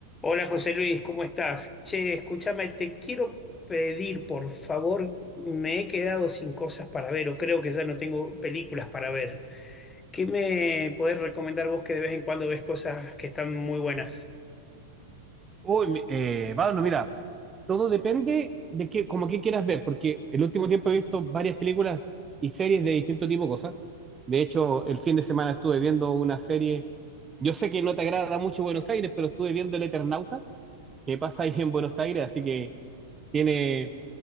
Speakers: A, on the left; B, on the right.
A: Hola José Luis, ¿cómo estás? Che, escúchame, te quiero pedir, por favor, me he quedado sin cosas para ver o creo que ya no tengo películas para ver. ¿Qué me podés recomendar vos que de vez en cuando ves cosas que están muy buenas?
B: Uy, mi- eh, Pablo, mira, todo depende de qué, como qué quieras ver, porque el último tiempo he visto varias películas y series de distinto tipo de cosas. De hecho, el fin de semana estuve viendo una serie. Yo sé que no te agrada mucho Buenos Aires, pero estuve viendo El Eternauta, que pasa ahí en Buenos Aires, así que tiene,